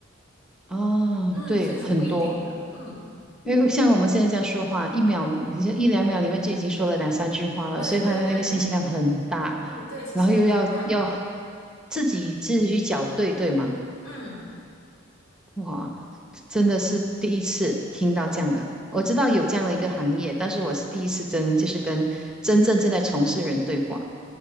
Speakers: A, in the centre; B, on the left.
A: 啊，
B: 嗯，
A: 对，
B: 所以是不一定的，
A: 很多。
B: 嗯，
A: 因为像我们现在这样说话，一秒，你就一两秒里面就已经说了两三句话了，
B: 对对对，
A: 所以他的那个信息量很大，
B: 嗯对，信息量很大，
A: 然后又要要自己自己去校对，对吗？
B: 嗯
A: 哇，真的是第一次听到这样的。我知道有这样的一个行业，但是我是第一次真就是跟真正正在从事人对话，